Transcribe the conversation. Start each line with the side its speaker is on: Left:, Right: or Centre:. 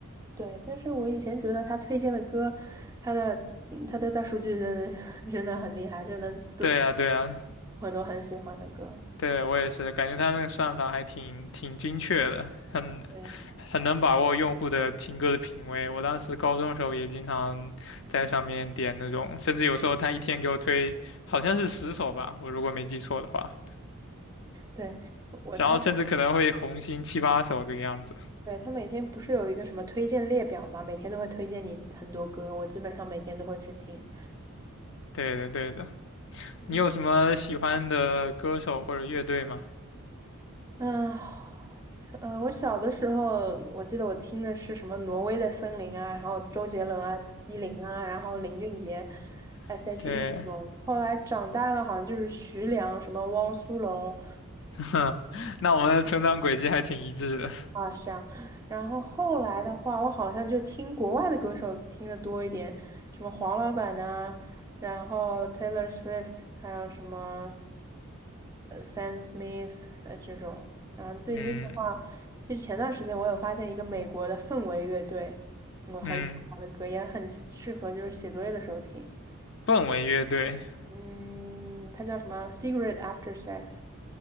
Right: 对，但是我以前觉得他推荐的歌，他的嗯他的大数据真的 <laughs> 真的很厉害，就能都
Left: 对呀，对呀，
Right: 很多很喜欢的歌。
Left: 对，我也是，感觉它那个算法还挺挺精确的，很
Right: 对
Left: 很能把握用户的听歌的品味。我当时高中的时候也经常在上面点那种，甚至有时候它一天给我推好像是十首吧，我如果没记错的话，
Right: 对，我他。
Left: 然后甚至可能会红心七八首这个样子。
Right: 对，他每天不是有一个什么推荐列表嘛，每天都会推荐你的很多歌，我基本上每天都会去听。
Left: 对的，对的。
Right: 嗯，
Left: 你有什么喜欢的歌手或者乐队吗？
Right: 啊，呃，我小的时候，我记得我听的是什么《挪威的森林》啊，然后周杰伦啊、蔡依林啊，然后林俊杰、
Left: <laughs>
Right: S.H.E
Left: 对。
Right: 这种。后来长大了，好像就是徐良、什么汪苏泷，
Left: <laughs> 哼，那我们的成长轨迹还挺一致的。
Right: 啊，是这样。然后后来的话，我好像就听国外的歌手听的多一点，什么黄老板呐、然后 Taylor Swift，还有什么呃 Sam Smith 呃这种。然后最近的话，
Left: 嗯
Right: 其实前段时间我有发现一个美国的氛围乐队，我很喜欢他的歌，
Left: 嗯，
Right: 也很适合就是写作业的时候听。
Left: 氛围乐队
Right: 嗯，它叫什么 c i g a r e t After Sex，